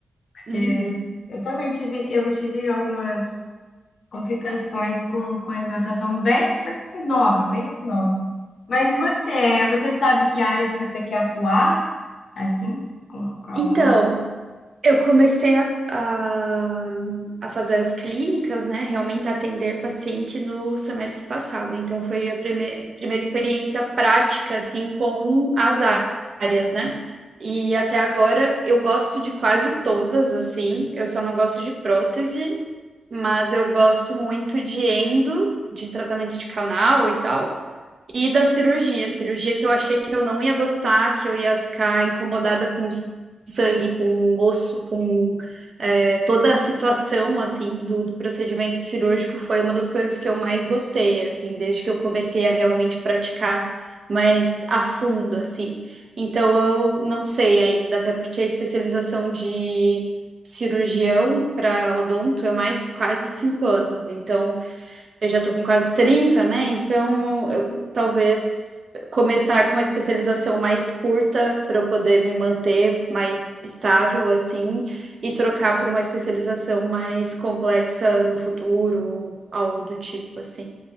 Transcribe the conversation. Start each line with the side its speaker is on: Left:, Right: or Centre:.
Left: Porque
Right: Uhum.
Left: eu também tive, eu tive algumas complicações com, com alimentação bem, bem mais nova, bem mais nova. Mas e você? Você sabe que área que você quer atuar, assim, com, com a
Right: Então,
Left: odonto?
Right: Eu comecei a, a, a fazer as clínicas, né? Realmente atender paciente no semestre passado. Então, foi a prime- primeira experiência prática, assim, com as áreas, né? E até agora eu gosto de quase todas, assim. Eu só não gosto de prótese, mas eu gosto muito de endo, de tratamento de canal e tal. E da cirurgia, cirurgia que eu achei que eu não ia gostar, que eu ia ficar incomodada com sangue, com osso, com é, toda a situação, assim, do, do procedimento cirúrgico foi uma das coisas que eu mais gostei, assim, desde que eu comecei a realmente praticar mais a fundo, assim. Então, eu não sei ainda, até porque a especialização de cirurgião para odonto é mais quase cinco anos, então eu já estou com quase 30, né? Então, eu, talvez começar com uma especialização mais curta para eu poder me manter mais estável, assim, e trocar por uma especialização mais complexa no futuro, algo do tipo, assim.